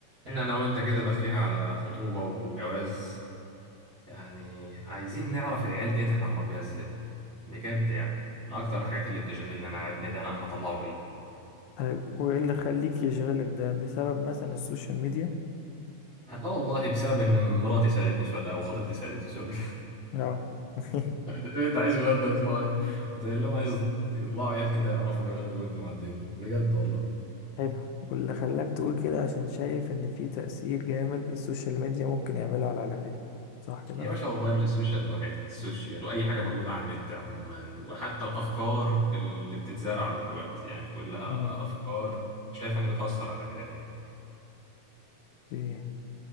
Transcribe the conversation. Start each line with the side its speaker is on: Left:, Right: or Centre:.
Right: ان انا وانت كده داخلين على خطوبة وجواز يعني عايزين نعرف العيال ديت احنا نربيها ازاي بجد يعني من اكتر الحاجات اللي بتشغلني انا ابني ده انا هطلعه ايه
Left: طيب وايه اللي خليك يشغلك ده بسبب مثلا السوشيال ميديا
Right: لا والله بسبب ان مراتي سألتني سؤال ده او خطيبتي سألتني سؤال
Left: اه <laughs>
Right: <laughs> انت عايز ولادنا يطلعوا ايه قلت لهم عايز يطلعوا عيال كده يعرفوا ياخدوا ويدوا مع الدنيا بجد والله
Left: حلو واللي خلاك تقول كده عشان شايف ان في تأثير جامد السوشيال ميديا ممكن يعمله على العيال صح كده
Right: يا باشا والله مش السوشيال لوحدها السوشيال واي حاجه موجوده على النت عموما وحتى الافكار اللي بتتزرع دلوقتي يعني كلها
Left: مم.
Right: افكار شايف انها بتاثر على العيال يعني
Left: ايه